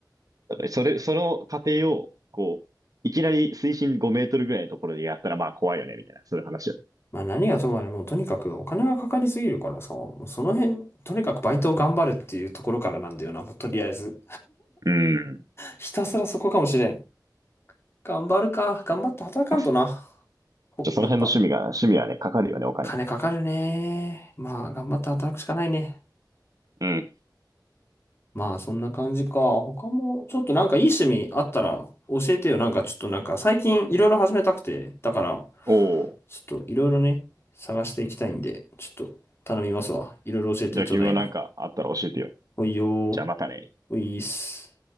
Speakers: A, on the right; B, on the left.
A: だからそれ、その過程を、こう、いきなり水深5メートルぐらいのところでやったらまあ怖いよね、みたいな、そういう話よね。
B: まあ何がともあれもうとにかくお金がかかりすぎるからさ、もうその辺、とにかくバイトを頑張るっていうところからなんだよな、もうとりあえず。
A: うん。
B: ひたすらそこかもしれん。頑張るか。頑張って働かんとな。
A: まあ
B: ほやっぱ、
A: じゃあその辺の趣味が、趣味はね、かかるよね、お金。
B: 金かかるね。まあ、頑張って働くしかないね。
A: うん。
B: まあ、そんな感じか。他も、ちょっとなんかいい趣味あったら教えてよ。なんかちょっとなんか最近いろいろ始めたくて。だから、
A: おお。
B: ちょっといろいろね、探していきたいんで、ちょっと頼みますわ。いろいろ教えてちょうだいな。
A: じゃあ君もなんかあったら教えてよ。
B: ほいよー。
A: じゃあまたね。
B: ほいーっす。